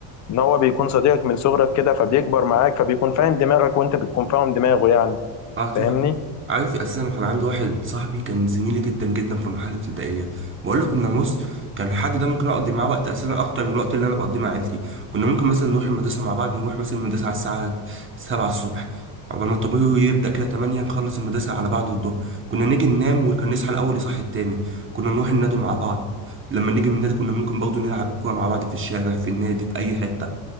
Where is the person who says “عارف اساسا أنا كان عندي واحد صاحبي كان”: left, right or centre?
Right